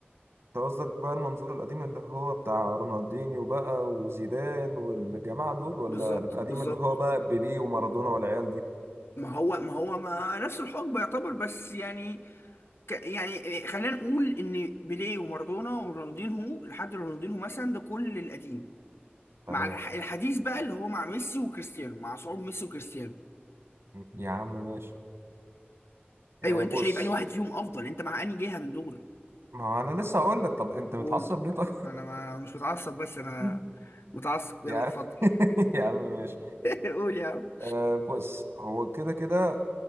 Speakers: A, on the right (about 80°); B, on the left (about 75°).
A: انت قصدك بقى المنظور القديم اللي هو بتاع رونالدينيو بقى وزيدان والجماعة دول ولا
B: بالظبط
A: القديم
B: بالظبط
A: اللي هو بقى بيليه ومارادونا والعيال دي
B: ما هو ما هو ما نفس الحقبه يعتبر بس يعني ك- يعني آه، خلينا نقول ان بيليه ومارادونا ورونالدينهو لحد رونالدينهو مثلا ده كل القديم
A: تمام
B: مع الح- الحديث بقى اللي هو مع ميسي وكريستيانو مع صعود ميسي وكريستيانو
A: يا عم ماشي آه،
B: ايوه انت
A: بص
B: شايف انهي واحد فيهم افضل انت مع انهي جهه من دول
A: ما هو انا لسه هقول لك طب انت متعصب
B: قول طب
A: ليه طيب
B: انا ما مش متعصب بس انا
A: <laughs>
B: متعصب يلا
A: يا
B: اتفضل
A: <laughs> يا عم ماشي
B: <laughs> قول يا عم
A: آه، بص هو كده كده